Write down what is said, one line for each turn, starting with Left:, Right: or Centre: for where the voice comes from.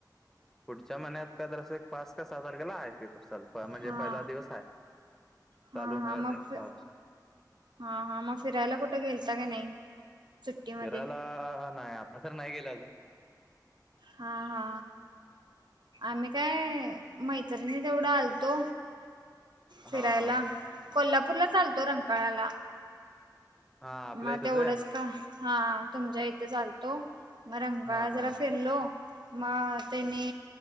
Centre: पुढच्या महिन्यात आता जरास. पाच का साहा तारखेला आहे पेपर चालू. पा म्हणजे
Right: हा
Centre: पहिला दिवस आहे
Right: हा
Centre: चालू होणार
Right: मग
Centre: <unintelligible> हा
Right: हा हा, मग फिरायला कुठे गेलता का नाही. सुट्टीमध्ये
Centre: फिरायला नाही आता तर नाही गेला ग.
Right: हा हा, आम्ही काय मैत्रिणी तेवढा आलतो फिरायला.
Centre: हा हा
Right: कोल्हापूरला आलतो रंकाळाला.
Centre: हा आपल्या
Right: मग
Centre: इथंच
Right: तेवढंच
Centre: आहे
Right: का? हा, तुमच्या इथं आलतो मग रंगाळा
Centre: हा हा
Right: जरा फिरलो. मग त्यानी